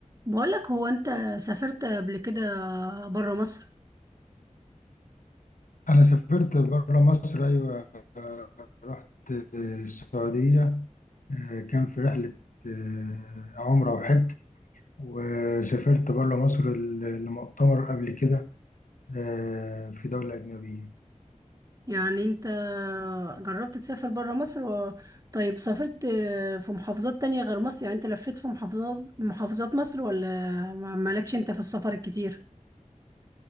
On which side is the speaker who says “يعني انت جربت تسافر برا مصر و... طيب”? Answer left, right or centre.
Right